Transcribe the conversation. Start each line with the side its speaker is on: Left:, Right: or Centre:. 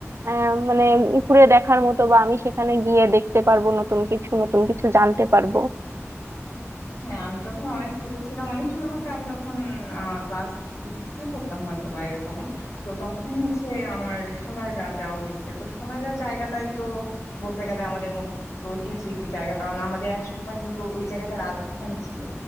Right: আহ, মানে ঘুরে দেখার মতো বা আমি সেখানে গিয়ে দেখতে পারবো নতুন কিছু নতুন কিছু জানতে পারবো
Left: হ্যাঁ আমি যখন অনেক ছোট ছিলাম অনেক ছোট বলতে আমি তখন ক্লাস সিক্সে পড়তাম হয়তো বা এরকম তো তখন হচ্ছে আমার সোনারগাঁ যাওয়া হয়েছে তো সোনারগাঁ জায়গাটাই তো বলতে গেলে আমাদের মতো একটু ঐতিহাসিক জায়গা কারণ আমাদের একসময় কিন্তু ওই জায়গাটা রাজধানী ছিল